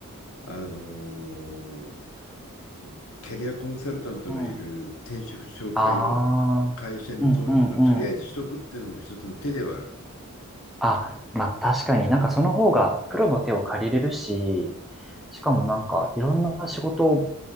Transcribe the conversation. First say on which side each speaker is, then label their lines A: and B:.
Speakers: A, on the left (about 65°); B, in the centre.
A: あのーキャリアコンサルタントのいる転職紹介の
B: うん。あ
A: 会社に登録、
B: あ、うんうんうん。
A: とりあえずしとくっていうのも一つの手ではある。
B: あ、まあ確かになんかその方がプロの手を借りれるし、しかもなんかいろんな仕事を